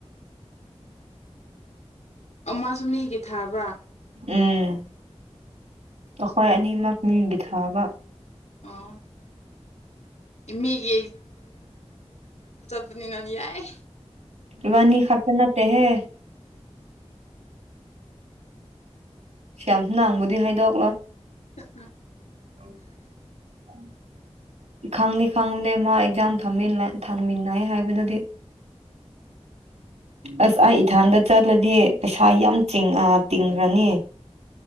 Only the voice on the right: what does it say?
ꯎꯝ ꯑꯩꯈꯣꯏ ꯑꯅꯤꯃꯛ ꯃꯤꯒꯤ ꯊꯥꯕ
ꯋꯥꯅꯤ ꯈꯥꯔꯇꯅꯥꯠꯇ ꯍꯦ ꯁ꯭ꯝꯁꯤ ꯅꯪꯕꯨꯗꯤ ꯍꯥꯏꯗꯛꯂꯣ
ꯎ ꯎ ꯈꯪꯅꯤꯦ ꯈꯪꯗ ꯃꯥ ꯑꯦꯛꯖꯥꯝ ꯊꯥꯟꯃꯤꯟꯅꯩ ꯍꯥꯏꯕꯗꯨꯗꯤ ꯑꯁ ꯑꯩ ꯏꯊꯟꯗ ꯆꯠꯂꯗꯤ ꯄꯩꯁꯥ ꯌꯥꯝ ꯇꯤꯡꯈ꯭ꯔꯅꯤ